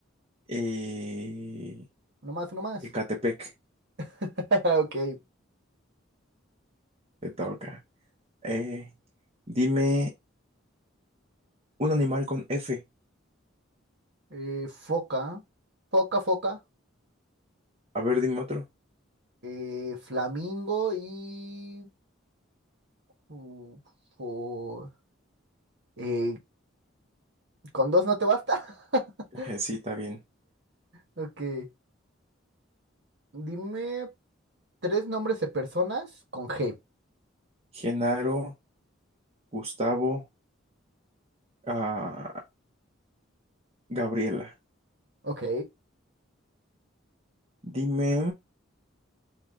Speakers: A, on the right; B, on the right.
A: eh,
B: No más, no más.
A: Ecatepec,
B: <laughs> Ok,
A: te toca. Eh, dime un animal con F.
B: eh, foca, foca, foca,
A: A ver, dime otro.
B: eh, flamingo y... fu- fu- eh, ¿con dos no te basta? <laughs>
A: Eh, sí, está bien.
B: Ok, dime tres nombres de personas con G.
A: Genaro, Gustavo, ah, Gabriela.
B: Ok,
A: Dime